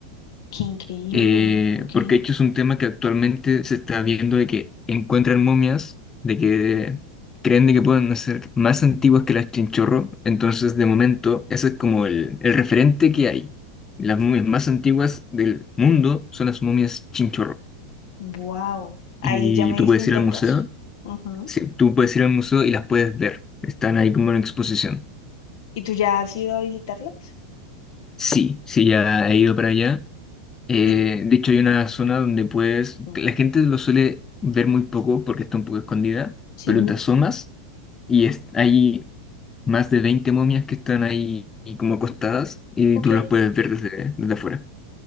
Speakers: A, on the left; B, on the left.
A: qué increíble,
B: Eh,
A: ok.
B: porque de hecho es un tema que actualmente se está viendo de que encuentran momias, de que creen de que pueden ser más antiguas que las chinchorro. Entonces, de momento, ese es como el, el referente que hay. Las momias más antiguas del mundo son las momias chinchorro.
A: ¡Wow! Ahí
B: Y
A: ya me
B: tú
A: diste
B: puedes
A: un
B: ir
A: datazo.
B: al museo,
A: ujú.
B: sí, tú puedes ir al museo y las puedes ver. Están ahí como en exposición.
A: ¿Y tú ya has ido a visitarlas?
B: Sí, sí, ya he ido para allá. Eh,
A: ¿Y
B: de hecho, hay una zona donde puedes,
A: sí?
B: que la gente lo suele ver muy poco porque está un poco escondida,
A: Sí,
B: pero te asomas y es- hay más de 20 momias que están ahí y como acostadas y
A: Ok.
B: tú las puedes ver desde, desde afuera.